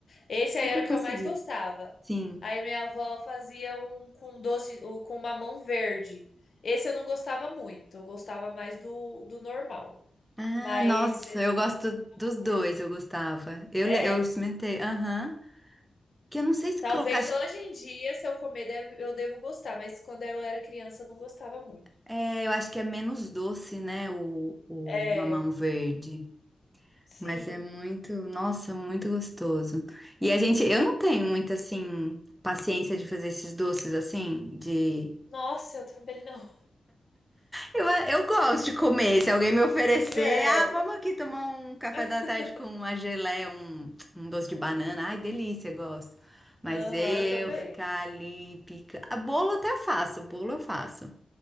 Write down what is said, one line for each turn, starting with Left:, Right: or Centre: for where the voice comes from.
Left: Esse aí
Centre: nunca
Left: era o que
Centre: consegui.
Left: eu mais gostava.
Centre: Sim.
Left: Aí minha avó fazia um com doce, o- com mamão verde. Esse eu não gostava muito. Eu gostava mais do, do normal.
Centre: Ah,
Left: Mas
Centre: nossa,
Left: ela
Centre: eu gosto
Left: fazia mamão
Centre: dos dois,
Left: verde também.
Centre: eu gostava. Eu,
Left: É,
Centre: le- eu experimentei, aham. Que eu não sei se
Left: talvez
Centre: colocar.
Left: hoje em dia, se eu comer, deve- eu devo gostar. Mas quando eu era criança, eu não gostava muito.
Centre: É, eu acho que é menos doce, né? O, o
Left: É,
Centre: mamão verde.
Left: sim.
Centre: Mas é muito, nossa, muito gostoso. E a gente, eu não tenho muita, assim, paciência de fazer esses doces assim, de.
Left: Nossa, eu também não.
Centre: Eu, eu gosto de comer. Se alguém me oferecer,
Left: É.
Centre: ah, vamos aqui tomar um café
Left: <laughs>
Centre: da tarde com uma geleia, um, um doce de banana. Ai, delícia, gosto. Mas
Left: Aham,
Centre: eu
Left: eu também.
Centre: ficar ali pica. A bolo até faço, bolo eu faço.